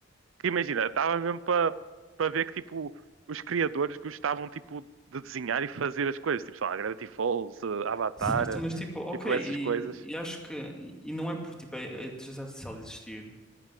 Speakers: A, on the right; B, in the centre.
A: que imagina, dava mesmo para para ver que, tipo, os criadores gostavam, tipo, de desenhar e fazer as coisas. Tipo, sei lá, Gravity Falls, eh, Avatar,
B: Certo,
A: eh,
B: mas tipo, ok,
A: tipo, essas
B: e,
A: coisas.
B: e acho que e e não é por tipo a a inteligência artificial existir